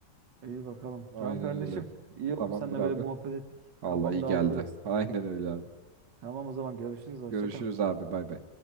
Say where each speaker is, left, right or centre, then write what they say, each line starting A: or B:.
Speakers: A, on the right; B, on the right.
A: İyi bakalım.
B: Aynen
A: Tamam kardeşim.
B: öyle.
A: İyi oldu
B: Tamamdır
A: seninle
B: abi.
A: böyle bir muhabbet ettik.
B: Allah
A: Kafam
B: iyi
A: dağıldı
B: geldi.
A: biraz.
B: Aynen öyle abi.
A: Tamam o zaman görüşürüz. Hoşça
B: Görüşürüz
A: kal.
B: abi bay bay.